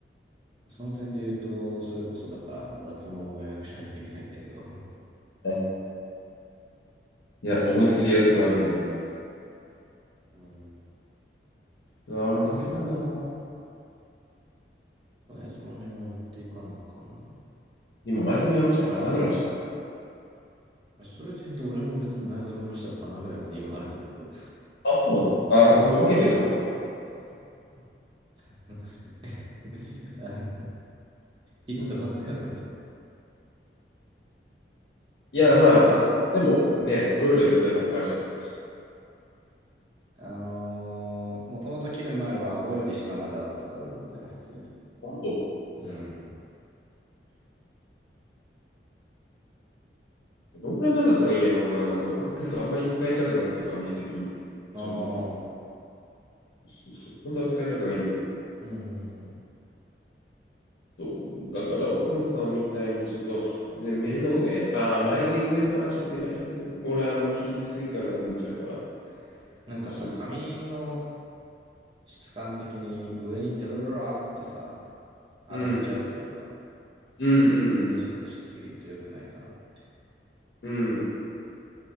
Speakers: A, on the right; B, on the left.
A: その点で言うと、それこそだからあの脱毛も予約しないといけないんだけど、<laughs>
B: ね。いや、思いつきでリアクスのあると思います。
A: うん。
B: うわ、俺も髪切らんなんだ。
A: ね、その辺はやっていかなあかんな
B: 今、前髪下ろしたら鼻ぐらいあるしな。
A: と。それで言うと、俺も別に前髪下ろしたら鼻ぐらいまで今あるんだけど、
B: あ、そうなのあ、あ、でも分けてるからか。
A: そうそうそう。<laughs> あの
B: ん
A: 切ったばっかなのに、
B: いや、
A: あれですけど。
B: まあ、なでもね、俺よりは絶対さっぱりしてるはずだし。
A: あのー、もともと切る前は顎より下まであったから全然普通に。
B: ほんと。
A: うん。
B: どんくらいの長さがいいんやろうな。なんか、アックスあんまり使いたくなくて、紙質的に。
A: ああ、
B: 正直。
A: うん
B: そうそうそう。本当は使いたくないんだよね。
A: うんうん。
B: そうだから奥野さんみたいにちょっと、ね、目の上、あー、眉毛上はちょっとやりすぎ、俺はあんま切りすぎかなってなっちゃうから、
A: なんかさ、
B: 難しいんですよね。
A: 髪の質感的に上にテロロラってさ、上がっちゃうというか、
B: うん、うん、うん、
A: 短くしすぎると良くないかなって
B: うん、うん。